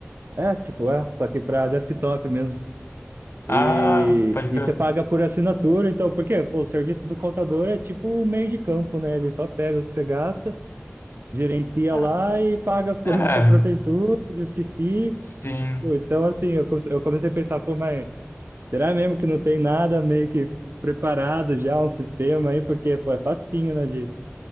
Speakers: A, on the right (about 55°); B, on the left (about 60°).
A: é, tipo, é, só que para desktop mesmo. E,
B: Ah, pode
A: e
B: crer.
A: você paga por assinatura, então, porque pô, o serviço do contador é tipo um meio de campo, né? Ele só pega o que você gasta, gerencia
B: Ah,
A: lá e paga as <laughs> coisas
B: é,
A: para a prefeitura, justifica.
B: sim.
A: Pô, Então, assim, eu come- eu comecei a pensar, pô, mas será mesmo que não tem nada meio que preparado já, um sistema aí? Porque, pô, é facinho, né,